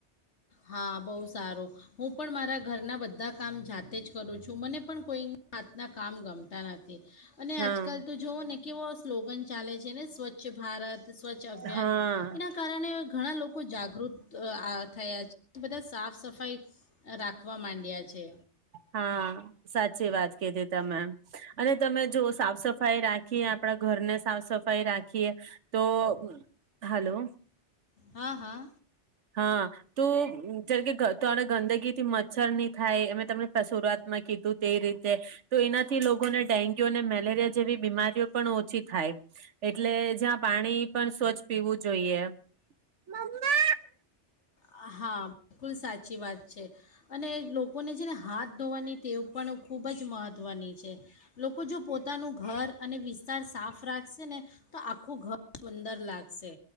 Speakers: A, on the left (about 75°); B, on the right (about 85°).
A: હા બહુ સારું. હું પણ મારા ઘરના બધા કામ જાતે જ કરું છું, મને પણ કોઈ હાથના કામ ગમતા નથી. થી અને
B: હા
A: આજકલ તો જોવો ને કેવો સ્લોગન ચાલે છે ને સ્વચ્છ ભારત સ્વચ્છ અભિયાન,
B: હા
A: એના કારણે ઘણા લો કો જાગૃત અહ આ થયા છે. બધા સાફ સફાઈ રાખવા માંડ્યા છે
B: હા સાચી વાત કીધી તમે અને તમે જોવો સાફ સફાઈ રાખીએ આપણા ઘરને સાફ સફાઈ રાખીએ તો હાલો
A: હા હા
B: હા તો જેમ કે તરે ગંદકી થી મચ્છર ની થાય અમે તમને પણ શરૂઆત માં કીધું તે રીતે તો એનાથી લોકોને ડેન્ગ્યુ અને મેલેરિયા જેવી બીમારીઓ પણ ઓછી થાય એટલે જ્યાં પાણી પણ સ્વચ્છ પીવું જોઈએ મમ્મા
A: હા હા કુલ સાચી વાત છે અને લોકોને છે ને હાથ ધોવાની ટેવ પણ ખૂબ જ મહત્વની છે લોકો જો પોતાનું ઘર અને વિસ્તાર સાફ રાખે સે ને તો આખું ઘર સુંદર લાગે સે